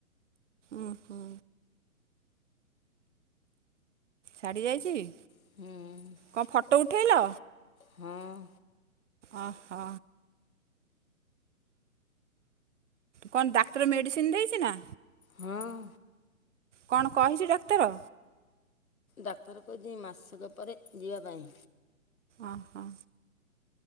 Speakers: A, on the right; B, on the left.
A: ଉଁ, ହୁଁ। ଛାଡ଼ି ଯାଇଛି।
B: ହୁଁ।
A: କଣ ଫଟୋ ଉଠେଇଲ?
B: ହଁ
A: ଓହୋ କଣ ଡାକ୍ତର ମେଡିସିନ ଦେଇଛି ନା
B: ହଁ
A: କଣ କହିଛି ଡାକ୍ତର?
B: ଡାକ୍ତର କଛିି ମାସକ ପରେ ଯିବା ପାଇଁ।
A: ଓ ହୋ